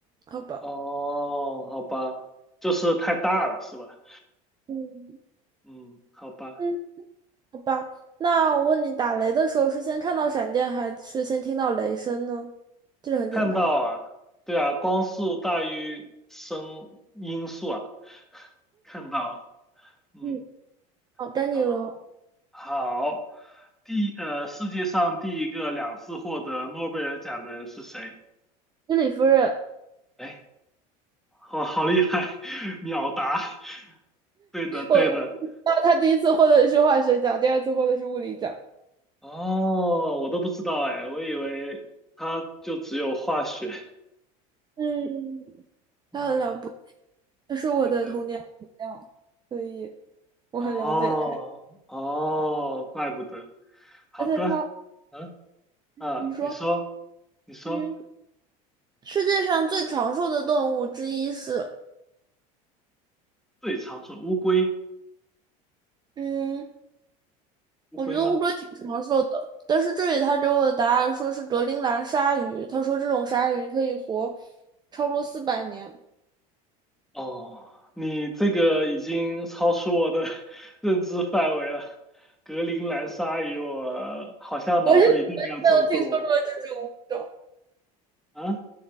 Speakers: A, on the right; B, in the centre.
A: 好吧？
B: 哦，好吧，就是太大了，是吧？
A: 嗯
B: 嗯，好吧，
A: 嗯，好吧。那我问你，打雷的时候是先看到闪电，还是先听到雷声呢？这个很简单吧？
B: 看到啊，对啊，光速大于声音速啊，<laughs> 看到，嗯，
A: 嗯。哦，丹尼罗，
B: 好。好，第呃，世界上第一个两次获得诺贝尔奖的人是谁？
A: 居里夫人，
B: 哎，哇，好厉害，<laughs> 秒答。对的，
A: 我，
B: 对的。
A: 那他第一次获得的是化学奖，第二次获得是物理奖。
B: 哦，我都不知道哎，我以为他就只有化学。
A: 嗯，
B: 嗯，
A: 他很了不起，他是我的童年偶像，
B: 对对。
A: 所以我很了解他。
B: 哦哦，怪不得。好的，
A: 而且他，
B: 嗯嗯，
A: 你说，
B: 你说你说，
A: 嗯，世界上最长寿的动物之一是，
B: 最常说乌龟，
A: 嗯，
B: 乌龟吗？
A: 我觉得乌龟挺长寿的，但是这里他给我的答案说是格陵兰鲨鱼，他说这种鲨鱼可以活超过四百年，
B: 哦，你这个已经超出我的 <laughs> 认知范围了。格陵兰鲨鱼，我好像脑子里并没有这种动物
A: 我是没有听说过这种物种。
B: 啊。